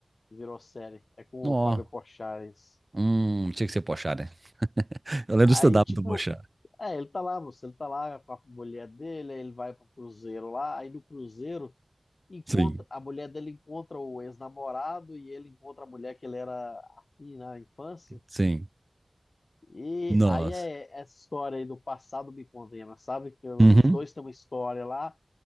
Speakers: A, on the left (about 80°); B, on the right (about 30°).
A: virou série. É com
B: Não,
A: o
B: ó.
A: Fábio Porchat. esse.
B: Hum, tinha que ser Porchat, né? <laughs> Eu lembro
A: Aí,
B: do stand-up
A: tipo,
B: do Porchat.
A: é, ele tá lá, você, ele tá lá com a mulher dele, aí ele vai pro cruzeiro lá, aí no cruzeiro encontra
B: Sim,
A: a mulher dele encontra o ex-namorado e ele encontra a mulher que ele era afim na infância.
B: sim.
A: E
B: Nossa.
A: aí é essa história aí do passado me condena, sabe? Que os
B: Uhum.
A: dois têm uma história lá